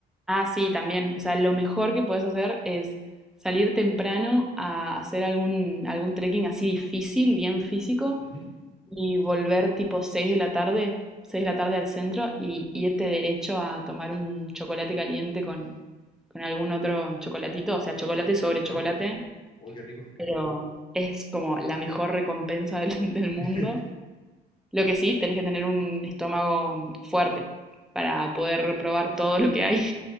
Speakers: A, in the centre; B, on the left.
A: Ah, sí, también. O sea, lo mejor que puedes hacer es salir temprano a hacer algún, algún trekking así difícil, bien físico,
B: Ujú,
A: y volver tipo 6 de la tarde, 6 de la tarde al centro y irte derecho a tomar un chocolate caliente con, con algún otro chocolatito. O sea, chocolate sobre
B: ya,
A: chocolate,
B: oh, qué rico,
A: pero es como la mejor recompensa del, <laughs> del mundo.
B: <laughs>
A: Lo que sí, tenés que tener un estómago fuerte para poder probar todo lo que hay.